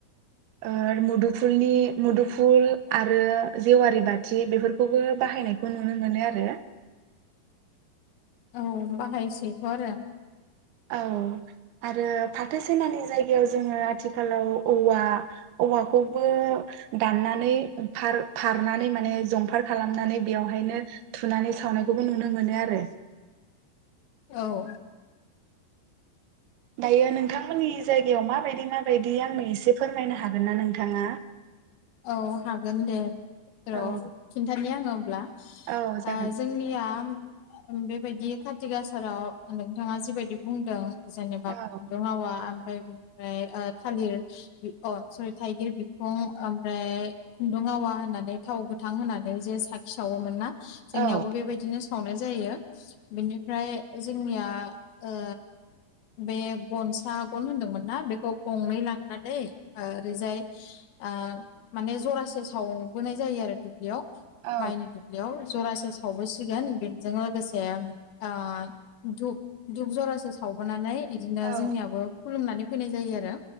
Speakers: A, on the right; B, on the left.
A: ओ मुदुफुलनि मुदुफुल आरो जेवारि बाथि बेफोरखौबो बाहायनायखौ नुनो मोनो आरो
B: औ बाहायसैथ' आरो
A: औ आरो फाथो सेनानि जायगायाव जोङो आथिखालाव औवा औवाखौबो दाननानै फार फारनानै माने जंफार खालामनानै बेवहायनो थुनानै सावनायखौबो नुनो मोनो आरो
B: औ
A: दायो नोंथांमोननि जायगायाव माबायदि माबायदि आंनो एसे फोरमायनो हागोन ना नोंथाङा?
B: औ हागोन दे र'
A: औ
B: खिनथानि आङो। अब्ला
A: औ जागोन
B: आ जोंनिया बेबायदि कारतिक आसाराव नोंथाङा जिबायदि बुंदों जेनेबा
A: औ
B: खुन्दुं आवा ओमफ्राय बिनिफ्राय आ थालिर अ सरि थाइगिर बिखं ओमफ्राय खुन्दुं आवा होनानै थाव गोथां होनानै जे साखि सावोमोन ना?
A: औ
B: जोंनियावबो बेबायदिनो सावनाय जायो बिनिफ्राय जोंनिया ओ बे गनसा गन होनदोंमोन ना बेखौ गंनै लांनानै ओरैजाय ओ माने जरासे सावबोनाय जायो आरो दुब्लियाव।
A: औ
B: माइनि दुब्लियाव जरासे सावबोसिगोन बेजों लोगोसे ओ घुप धुप जरासे सावबोनानै इदिनो
A: औ
B: जोंनियावबो खुलुमनानै फैनाय जायो आरो।